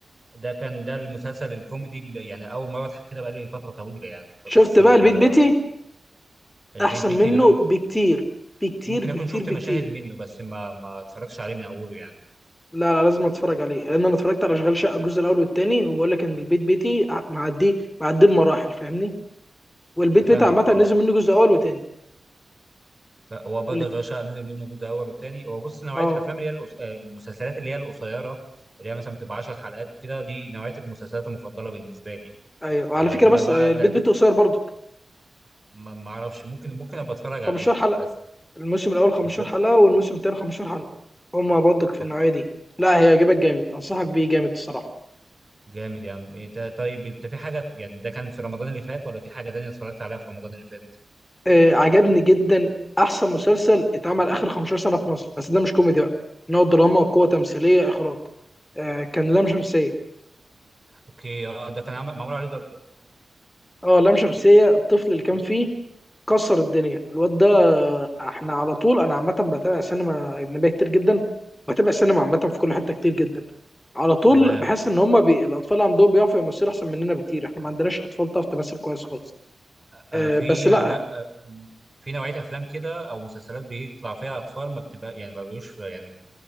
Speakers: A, on the right; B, on the left.
A: ده كان ده المسلسل الكوميدي اللي يعني اول مره اضحك كده بقالي فتره طويله يعني
B: شفت
A: فبس
B: بقى البيت
A: آه
B: بيتي
A: البيت
B: احسن
A: بيتي
B: منه
A: لا
B: بكتير بكتير
A: ممكن
B: بكتير
A: اكون شفت
B: بكتير
A: مشاهد منه بس ما ما اتفرجتش عليه من اوله يعني
B: لا لا لازم اتفرج عليه لان انا اتفرجت على اشغال شقه الجزء الاول والثاني وبقول لك ان البيت بيتي ع- معدي معدي بمراحل فاهمني والبيت
A: افهمك
B: بيتي عامه
A: اه
B: نزل منه جزء اول وثاني
A: ف- هو برضه
B: والت...
A: اشغال شقه نزل منه جزء اول وثاني هو بص نوعيه
B: اه
A: الافلام اللي هي القص- آه، المسلسلات اللي هي القصيره اللي هي مثلا بتبقى 10 حلقات وكده دي نوعيه المسلسلات المفضله بالنسبه لي
B: ايوه وعلى
A: آه
B: فكره
A: انما
B: بس
A: بقى
B: آه، البيت
A: 30
B: بيتي قصير برضو
A: ما ما اعرفش ممكن ممكن ابقى اتفرج
B: 15
A: عليه
B: حلقه
A: بس
B: الموسم الاول 15
A: بالظبط.
B: حلقه والموسم الثاني 15 حلقه هما برضك في
A: أو
B: النوعيه دي لا هيعجبك جامد انصحك بيه جامد الصراحه
A: جامد يا عم ايه ده طيب انت في حاجه يعني ده كان في رمضان اللي فات ولا في حاجه تانية اتفرجت عليها في رمضان اللي فات
B: آه عجبني جدا احسن مسلسل اتعمل اخر 15 سنه في مصر بس ده مش كوميدي بقى ان هو دراما قوه تمثيليه اخراج آه كان لام شمسيه
A: اوكي اه ده كان عمل معمول عليه ضجه ده
B: اه لام شمسية الطفل اللي كان فيه كسر الدنيا الواد ده آه، احنا على طول انا عامة بتابع سينما أجنبية كتير جدا بتابع سينما عامة في كل حتة كتير جدا على طول
A: تمام
B: بحس ان هما بي... الاطفال عندهم بيعرفوا يمثلوا احسن مننا بكتير احنا ما عندناش اطفال بتعرف تمثل كويس خالص
A: آه
B: أه
A: في
B: بس لا
A: آه، لا آه في نوعيه افلام كده او مسلسلات بيطلع فيها اطفال ما بتبقى يعني ما بيبقوش يعني